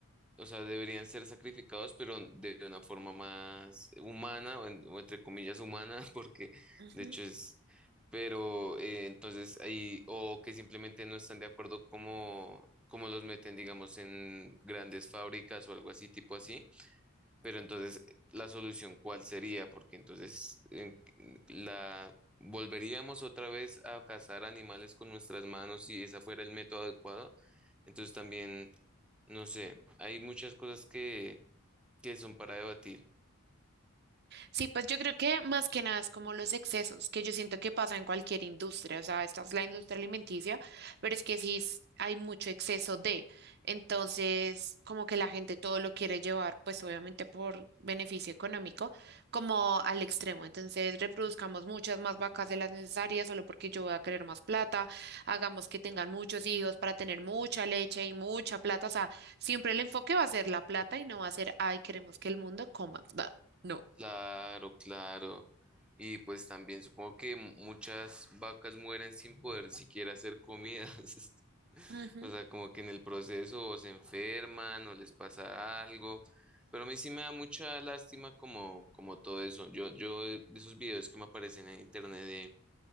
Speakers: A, in the centre; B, on the right.
A: o sea, deberían ser sacrificados, pero de una forma más humana, o, en- o entre comillas humana, <laughs> porque
B: Ujú.
A: de hecho es, pero eh, entonces ahí, o que simplemente no están de acuerdo como, como los meten, digamos, en grandes fábricas o algo así, tipo así, pero entonces eh, la solución, ¿cuál sería? Porque entonces en- la... ¿Volveríamos otra vez a cazar animales con nuestras manos si ese fuera el método adecuado? Entonces también... No sé, hay muchas cosas que, que son para debatir.
B: Sí, pues yo creo que más que nada es como los excesos, que yo siento que pasa en cualquier industria, o sea, esta es la industria alimenticia, pero es que sí es- hay mucho exceso de, entonces como que la gente todo lo quiere llevar, pues obviamente por beneficio económico, como al extremo, entonces reproduzcamos muchas más vacas de las necesarias solo porque yo voy a querer más plata, hagamos que tengan muchos hijos para tener mucha leche y mucha plata, o sea, siempre el enfoque va a ser la plata y no va a ser, ay, queremos que el mundo coma. No.
A: Claro, claro. Y pues también supongo que mu- muchas vacas mueren sin poder siquiera hacer comidas. <laughs>
B: Ujú.
A: O sea, como que en el proceso o se enferman o les pasa algo. Pero a mí sí me da mucha lástima como, como todo eso. Yo, yo de de esos videos que me aparecen en internet